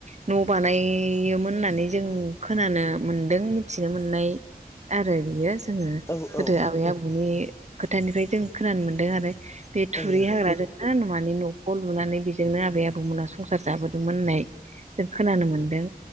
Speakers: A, on the right; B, on the left.
A: न' बानायोमोन होननानै जों खोनानो मोनदों मिथिनो मोननाय। आरो बियो जोङो
B: औ
A: गोदो
B: औ
A: आबै आबौनि खोथानिफ्राय जों खोनानो मोनदों आरो। बे थुरि
B: औ नंगौ
A: हाग्राजों मा होनो माने न'खौ लुनानै बेजोंनो आबै आबौमोना संसार जाबोदोंमोन होननाय। जों खोनानो मोनदों।